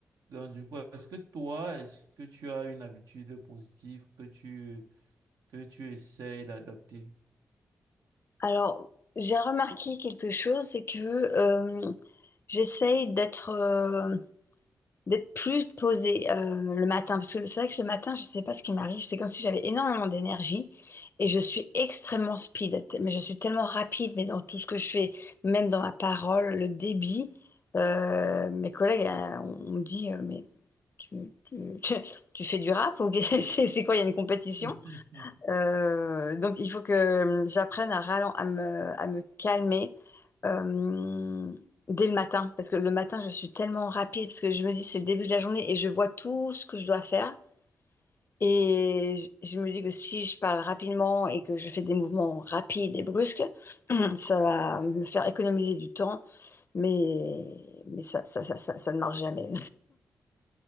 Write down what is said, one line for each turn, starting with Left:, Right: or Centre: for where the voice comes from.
Right: Donc, du coup, est-ce que toi, est-ce que tu as une habitude positive que tu, que tu essayes d'adopter?
Left: Alors j'ai remarqué quelque chose, c'est que euh, j'essaye d'être euh, d'être plus posée euh, le matin. Parce que c'est vrai que le matin, je ne sais pas ce qui m'arrive. C'est comme si j'avais énormément d'énergie et je suis extrêmement speed. Mais je suis tellement rapide, mais dans tout ce que je fais, même dans ma parole, le débit. euh, mes collègues, euh, on on me dit, euh, mais tu, tu- <laughs> tu fais du rap ou qu'est- <laughs> c'est c'est quoi, il y a une compétition?
Right: <laughs>
Left: Euh, donc, il faut que hum, j'apprenne à, ralen- à, me, à me calmer euh, dès le matin. Parce que le matin, je suis tellement rapide, parce que je me dis, c'est le début de la journée et je vois tout ce que je dois faire. Et je, je me dis que si je parle rapidement et que je fais des mouvements rapides et brusques, <clears throat> ça va me faire économiser du temps. Mais, mais ça, ça, ça, ça, ça ne marche jamais.